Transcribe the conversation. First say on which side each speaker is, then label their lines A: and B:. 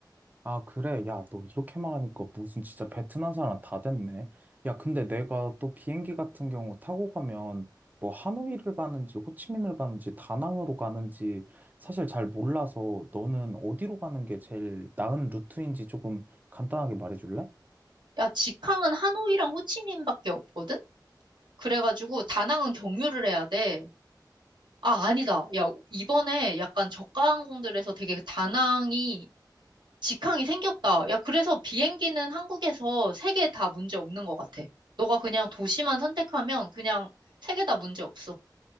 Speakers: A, on the right; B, on the right.
A: 아, 그래. 야, 너 이렇게 말하니까 무슨 진짜 베트남 사람 다 됐네. 야, 근데 내가 또 비행기 같은 경우 타고 가면 뭐 하노이를 가는지 호치민을 가는지 다낭으로 가는지 사실 잘 몰라서 너는 어디로 가는 게 제일 나은 루트인지 조금 간단하게 말해줄래?
B: 야, 직항은 하노이랑 호치민밖에 없거든? 그래가지고 다낭은 경유를 해야 돼. 아, 아니다. 야, 이번에 약간 저가 항공들에서 되게 다낭이, 직항이 생겼다. 야, 그래서 비행기는 한국에서 세 개 다 문제 없는 것 같아. 너가 그냥 도시만 선택하면 그냥 세 개 다 문제 없어.